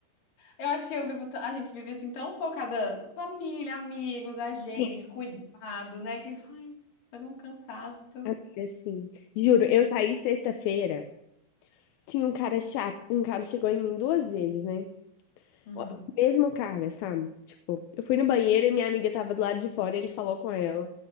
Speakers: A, on the left; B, on the left.
A: Eu acho que eu vivo, t- a gente vive assim tão focada, família, amigos, a gente,
B: sim,
A: cuidado, né? Que vai, vai dar um cansaço.
B: amiga, sim. Juro, eu saí sexta-feira. Tinha um cara chato. Um cara chegou em mim duas vezes, né?
A: Uhum.
B: Ó, Mesmo cara, sabe? Tipo, eu fui no banheiro e minha amiga tava do lado de fora, e ele falou com ela